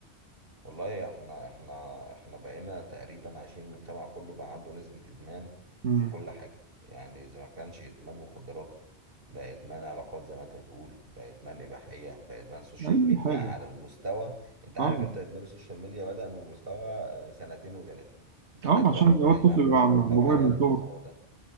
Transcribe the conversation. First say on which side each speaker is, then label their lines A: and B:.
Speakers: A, on the right; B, on the right.
A: والله احنا احنا احنا بقينا تقريبا عايشين المجتمع كله بقى عنده نسبة ادمان
B: امم
A: في كل حاجة يعني اذا ما كانش ادمان مخدرات بقى ادمان علاقات زي ما انت بتقول بقى ادمان اباحية بقى ادمان سوشيال
B: اي
A: ميديا
B: حاجه
A: على المستوى انت عارف
B: اه
A: انت ادمان السوشيال ميديا بدأ من مستوى آه، سنتين وثلاثة الدكاترة
B: اه عشان
A: بقوا طالعين
B: هو الطفل
A: عمالين
B: بيبقى
A: يعملوا
B: على الموبايل
A: توعية
B: من
A: للموضوع
B: صغره
A: ده